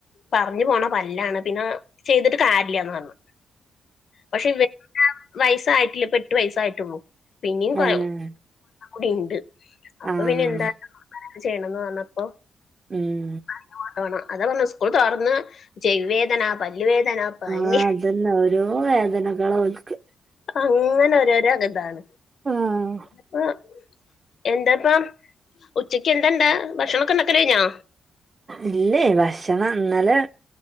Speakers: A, on the left; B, on the right.
A: പറഞ്ഞു പോണ പല്ലാണ് പിന്നെ ചെയ്തിട്ട് കാര്ല്ല്യാന്ന് പറഞ്ഞു പക്ഷെ ഇവൻവയസ്സായിട്ടില്ലേ എട്ടു വയസ്സായിട്ടുള്ളൂ പിന്നും കൊ
B: ഏഹ്
A: ടിണ്ട് അപ്പൊ
B: ആഹ്
A: പിന്നെ എന്താ ചെയ്യണംന്ന് പറഞ്ഞപ്പോ
B: ഉം
A: അയ്ന് കൊണ്ടോണം അതാ പറഞ്ഞ സ്കൂൾ തുറന്ന ചൈവിവേദന പല്ലുവേദന പനി
B: ആഹ് അതന്നെ ഓരോ വേദനകള ഓല്ക്ക്
A: അങ്ങനെ ഒരോരോര്താണ്
B: ആഹ്
A: ഇഞ്പ്പോ എന്താപ്പോ ഉച്ചക്ക് എന്താണ്ടാ ഭക്ഷണൊക്കെ ഉണ്ടാകൽ കഴിഞ്ഞോ
B: ഇല്ലേ ഭക്ഷണം ഇന്നലെ